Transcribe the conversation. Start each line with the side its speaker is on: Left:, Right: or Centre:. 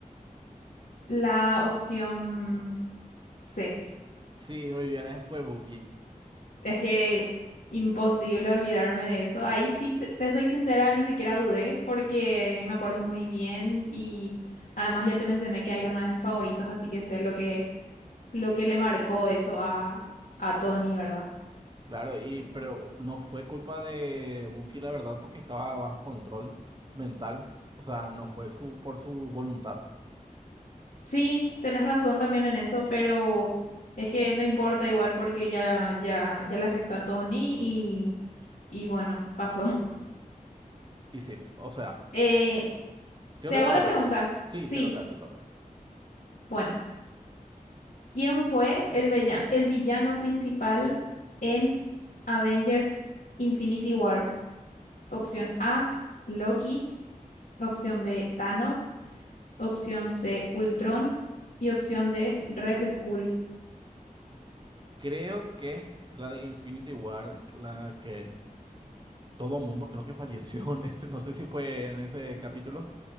Left: La opción C.
Right: Sí, muy bien, eh, fue Bucky.
Left: Es que imposible olvidarme de eso. Ahí sí, te, te soy sincera, ni siquiera dudé porque me acuerdo muy bien y además ya te mencioné que Iron Man es mi favorito, así que sé lo que, lo que le marcó eso a, a Tony, ¿verdad?
Right: Claro, y pero no fue culpa de Bucky, la verdad, porque estaba bajo control mental. O sea, no fue su por su voluntad.
Left: Sí, tenés razón también en eso, pero es que no importa igual porque ya, ya, ya le afectó a Tony y, y bueno, pasó. <laughs>
Right: Y sí, o sea,
Left: Eh,
Right: creo
Left: te
Right: que
Left: hago
Right: te toca.
Left: la pregunta.
Right: Sí,
Left: Sí,
Right: te toca, te toca.
Left: bueno. ¿Quién fue el, vella- el villano principal en Avengers Infinity War? Opción A, Loki. Opción B, Thanos. Opción C, Ultron. Y opción D, Red Skull.
Right: Creo que la de Infinity War, la que todo mundo creo que falleció en ese, no sé si fue en ese capítulo,